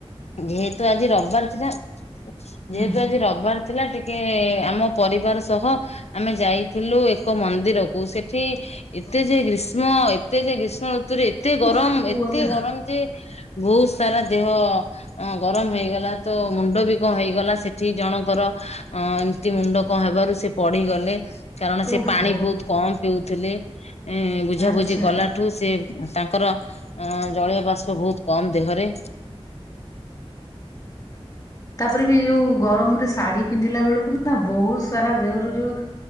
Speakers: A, on the left; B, on the left.
A: ଯେହେତୁ ଆଜି ରବିବାର ଥିଲା
B: ହୁଁ
A: ଯେହେତୁ ଆଜି ରବିବାର ଥି ଥିଲା ଟିକେ ଆମ ପରିବାର ସହ ଆମେ ଯାଇଥିଲୁ ଏକ ମନ୍ଦିରକୁ ସେଠି ଏତେ ଯେ ଗ୍ରୀଷ୍ମ ଏତେ ଯେ ଗ୍ରୀଷ୍ମ ଋ ତୁରେ ଏତେ ଗରମ
B: ଉଫ୍ କୁହନା
A: ଏତେ ଗରମ ଯେ ବୋହୁତ ସାରା ଦେହ ଅଁ ଗରମ ହେଇଗଲା ତ ମୁଣ୍ଡ ବି କଁ ହେଇଗଲା ସେଠି ଜଣଙ୍କର ଅଁ ଏମତି ମୁଣ୍ଡ କଣ ହେବାରୁ ସେ ପଡିଗ ଲେ କାରଣ ସିଏ
B: ଓହୋ
A: ପାଣି ବୋହୁତ କମ୍ ପିଉଥିଲେ ଏଁ ବୁଝାବୁଝି
B: ଆଚ୍ଛା
A: କଲାଠୁ ସେ ତାଙ୍କର ଅ-ଜଳୀୟ ବାଷ୍ପ ବୋହୁତ କମ୍ ଦେହରେ।
B: ତାପରେ ବି ଯୋଉ ଗରମରେ ଶାଢ଼ୀ ପିନ୍ଧି ପିଲାବେଳକୁ ନା ବୋହୁତ ସାରା ଦେହରୁ ଯୋଉ